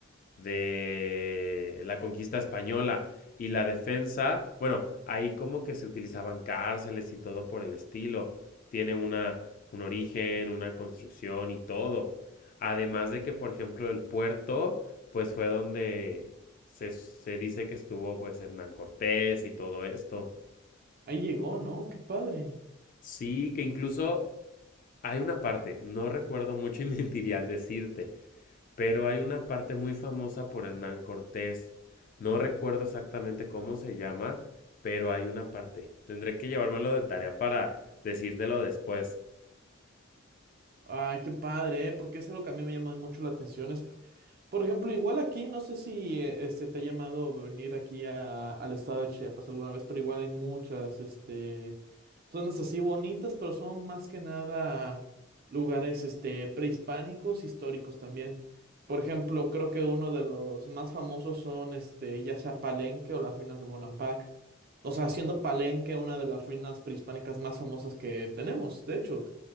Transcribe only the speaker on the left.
de la conquista española y la defensa, bueno, ahí como que se utilizaban cárceles y todo por el estilo. Tiene una, un origen, una construcción y todo. Además de que, por ejemplo, el puerto, pues fue donde se, se dice que estuvo pues Hernán Cortés y todo esto.
Sí, que incluso hay una parte, no recuerdo mucho y <laughs> mentiría al decirte, Pero hay una parte muy famosa por Hernán Cortés. No recuerdo exactamente cómo se llama, pero hay una parte. Tendré que llevármelo de tarea para decírtelo después.